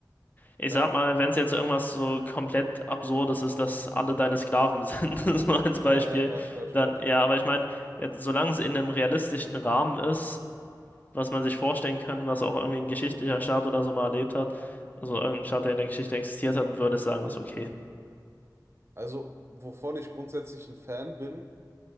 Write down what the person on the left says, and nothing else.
ich
sag mal, wenn es jetzt irgendwas so komplett Absurdes ist, dass alle deine Sklaven sind, <laughs> so als Beispiel,
dann
ja, aber ich meine, ja, solange es in einem realistischen Rahmen ist, was man sich vorstellen kann, was auch irgendwie ein geschichtlicher Staat oder so mal erlebt hat, also irgendein Staat, der in der Geschichte existiert hat, würde ich sagen, ist okay.